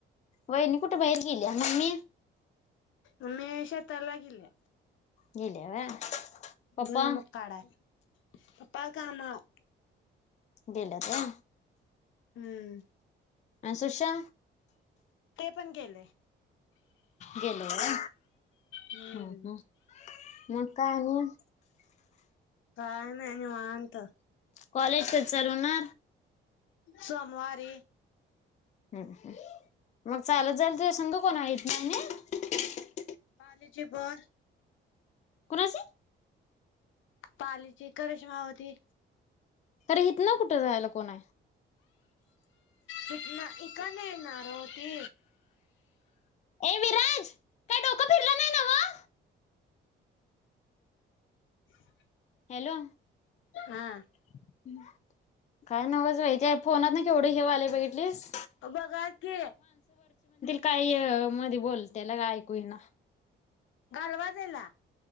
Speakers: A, on the left; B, on the left.
A: वहिणी कुठं बाहेर गेलीया मम्मी
B: ममी श ताला गेलीया.
A: गेलीया व्हय. पप्पा
B: भुईमुग काढाय, पपा कामाव
A: गेल्यात व्हय
B: हम्म
A: अन् सुशा
B: ते पण गेलंय.
A: गेलं व्हय
B: हम्म
A: हम हम म काय आणि?
B: काय नाय निवांत.
A: कॉलेज कधी चालू होणार?
B: सोमवारी
A: हूं मग चालत जाईला तुजा संग कोण हाय? मम्मी
B: पारले जी बर
A: कुणाची?
B: पालीची करशमा व्हती
A: खर हितनं कुठं जायला कोण आहे?
B: हितनं इकडनं येणार ओ ती.
A: ए विराज काय डोकं फिरलं नाही नव्ह
B: <inaudible>
A: हॅलो
B: हा
A: हम्म काय नवच बाई ते फोनातन केवढ त हेे व्हालय बघितलिस
B: ब गा की
A: काही मध्ये बोलतेला का ऐकू येना
B: घालवा तेला